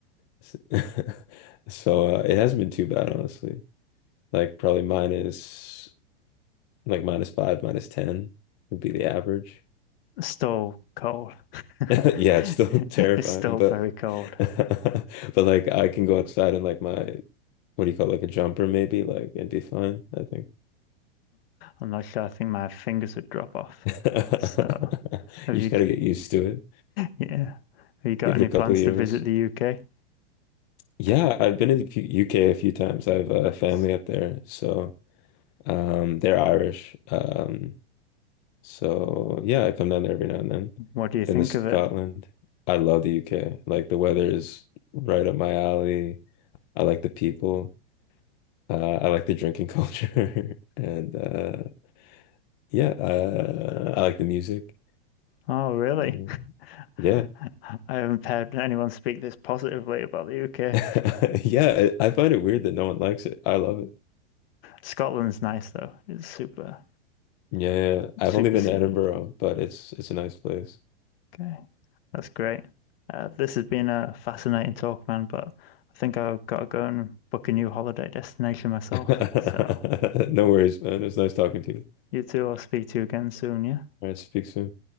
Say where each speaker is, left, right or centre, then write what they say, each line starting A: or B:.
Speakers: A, on the left; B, on the left.
A: <laughs> So uh, it hasn't been too bad honestly. Like probably minus like minus five, minus ten would be the average. <laughs>
B: still cold. <laughs>
A: Yeah, it's still <laughs> terrifying,
B: It's still
A: but
B: very cold.
A: <laughs> but like I can go outside in like my what do you call it, like a jumper maybe like and be fine, I think.
B: I'm not sure. I think my fingers would drop off.
A: <laughs>
B: So, have
A: You just
B: you? g-
A: gotta get used to it.
B: Yeah. Have you got
A: Give
B: any
A: it a couple
B: plans
A: years.
B: to visit the UK?
A: Yeah, I've been in the P- UK a few times. I have a
B: Nice.
A: family up there, so um, they're Irish. Um, So yeah, I come down there every now and then.
B: What do you think
A: Been to Scotland.
B: of it?
A: I love the UK. Like the weather is right up my alley. I like the people. Uh, I like the drinking <laughs> culture, and uh, yeah, uh, I like the music.
B: Oh, really?
A: Mm,
B: <laughs>
A: yeah,
B: I haven't heard anyone speak this positively about the UK.
A: <laughs> yeah. I I find it weird that no one likes it. I love it.
B: Scotland's nice though. It's super,
A: Yeah, yeah. yeah. I've
B: super
A: only been
B: scenic.
A: to Edinburgh, but it's it's a nice place.
B: Okay, that's great. Uh, this has been a fascinating talk, man, but I think I've got to go and book a new holiday destination myself.
A: <laughs>
B: So
A: No worries, man. It was nice talking to you.
B: you two, I'll speak to you again soon, yeah?
A: All right, speak soon.